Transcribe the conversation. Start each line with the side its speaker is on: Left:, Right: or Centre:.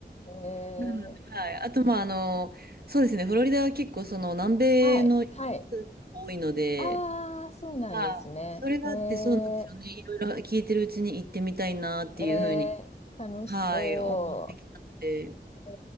Left: え
Right: なので、
Left: ー、
Right: はい。あと、まあ、あの、そうですね。フロリダは結構、その、南米の人たちが多いので、
Left: はい、はい。ああ、そうなんですね。
Right: はい。それがあって、
Left: えー、
Right: そうなんですよね。いろいろ聞いてるうちに行ってみたいなっていうふうに、
Left: えー、楽しそ
Right: はい、思ってきたので、
Left: う。え